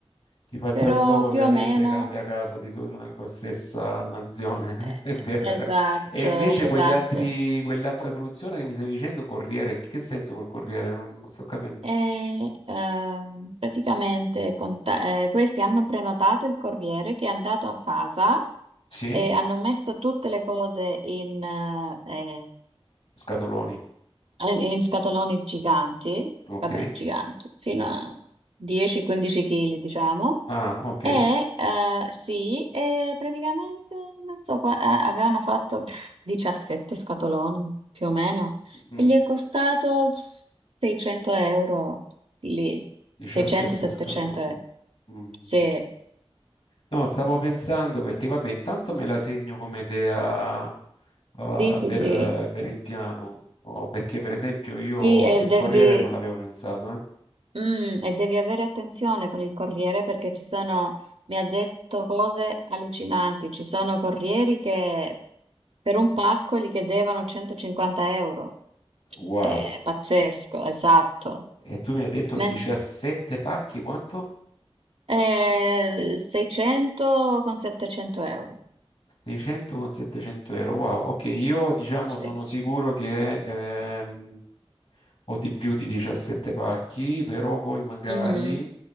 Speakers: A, on the left; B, on the right.
A: chi fa il
B: Però
A: trasloco ovviamente
B: più o meno,
A: cambia casa, di solito nella stessa nazione,
B: eh,
A: <laughs> è vero.
B: esatto,
A: E invece
B: esatto.
A: quegli altri, quell'altra soluzione che mi stavi dicendo, corriere, che senso col corriere? Non, non sto capendo.
B: E ehm, praticamente conta- eh, questi hanno prenotato il corriere che è andato a casa
A: Sì?
B: e hanno messo tutte le cose in, eh, eh,
A: Scatoloni,
B: eh, in scatoloni giganti,
A: ok.
B: vabbè, giganti, fino a 10-15 kg, diciamo.
A: Ah, ok.
B: E eh, sì, e praticamente non so, qua- eh, avevano fatto <laughs> pff, 17 scatoloni più o meno
A: Mm,
B: e gli è costato pff, 600 euro lì,
A: 17
B: 600-700
A: scaloni.
B: euro.
A: Mhm.
B: Sì,
A: No, stavo pensando perché, vabbè, intanto me la segno come idea, eh,
B: sì, sì,
A: per,
B: sì,
A: eh, per il piano, o perché per esempio io
B: sì, eh,
A: il
B: devi,
A: Corriere non l'avevo pensato, eh.
B: Mm, e devi avere attenzione con il corriere perché ci sono, mi ha detto cose allucinanti, ci sono corrieri che per un pacco gli chiedevano 150 euro.
A: Wow.
B: È pazzesco, esatto.
A: E tu mi hai detto
B: Men-
A: 17 pacchi, quanto?
B: eh, 600 con 700 euro.
A: 600 con 700 euro. Wow, ok, io diciamo
B: Sì.
A: sono sicuro che ehm, o di più di 17 pacchi, però poi magari
B: Mhm,